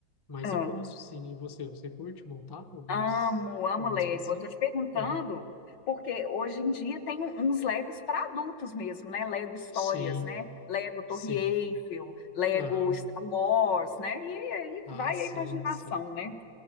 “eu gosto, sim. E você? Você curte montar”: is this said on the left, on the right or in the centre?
Left